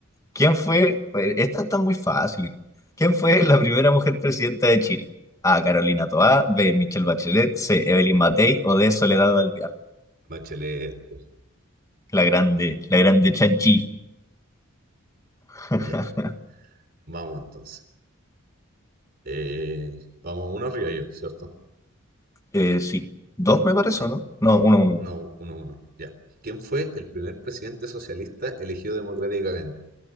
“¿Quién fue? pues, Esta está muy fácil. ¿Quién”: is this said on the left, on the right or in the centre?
Left